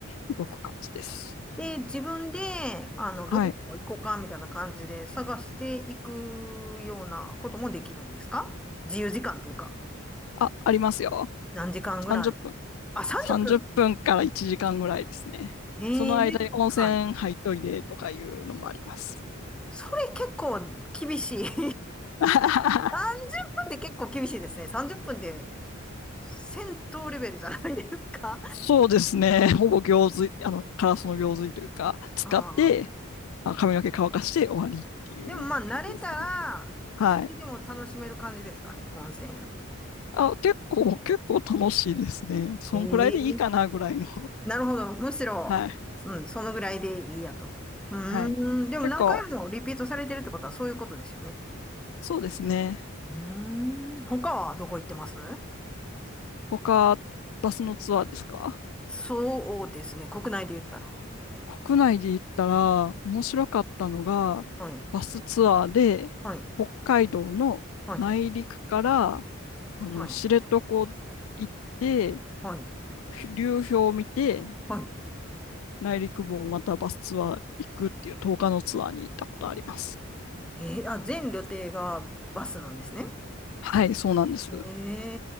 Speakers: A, on the left; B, in the centre.
A: に動く感じです。
B: で、自分で、あの、
A: はい。
B: どこ行こうか、みたいな感じで探していくようなこともできるんですか自由時間っていうか、
A: あ、ありますよ。
B: 何時間ぐらい
A: 30分。
B: あ、30分
A: 30分から1時間ぐらいですね。
B: へえ、
A: その間に温泉入っといでとかいうのもあります。
B: で、はい。それ結構厳しい。<laughs> 30
A: <laughs>
B: 分っぷんって結構厳しいですね。30分で戦闘レベルじゃないですか。<laughs>
A: そうですね。ほぼ行水、あの、カラスの行水というか、使って、
B: ああ。
A: まあ髪の毛乾かして終わりっていう感じですね。
B: でもまあ、慣れたら、
A: はい。
B: それでも楽しめる感じですかね、温泉。
A: あ、結構、結構楽しいですね。そんくらいでいいかなぐらいの。
B: ええなるほど。むしろ、
A: <laughs> はい。
B: うん、そのぐらいでいいやと。うーん。
A: はい。
B: でも何回もリピートされてるってことはそういうことですよね。
A: 結構、そうですね。
B: うーん。他はどこ行ってます
A: 他、バスのツアーですか
B: そうですね。国内で言ったら。
A: 国内で行ったら、面白かったのが、
B: はい。
A: バスツアーで、
B: はい。
A: 北海道の内陸から、
B: はい。
A: あの、
B: はい。
A: 知床行って、
B: はい。
A: 流氷を見て、
B: は
A: 内陸部をまたバスツアー行くっていう10日のツアーに行ったことあります。
B: い。えー、あ、全旅程がバスなんですね。
A: はい、そうなんです。
B: え